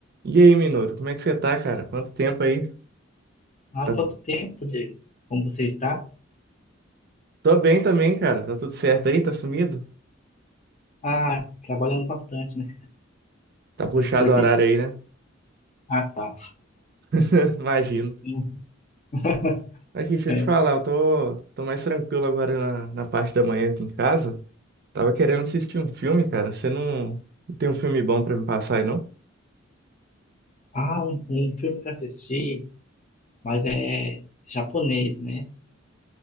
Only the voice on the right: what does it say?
E aí, Minoru, como é que você tá, cara? Quanto tempo aí?
Tá
tu...
Tô bem também, cara. Tá tudo certo aí? Tá sumido?
Tá puxado
o horário aí, né?
<laughs> Imagino.
Aqui, deixa
eu te falar, eu tô, tô mais tranquilo agora na, na parte da manhã aqui em casa. Tava querendo assistir um filme, cara. Você não, não tem um filme bom pra me passar aí, não?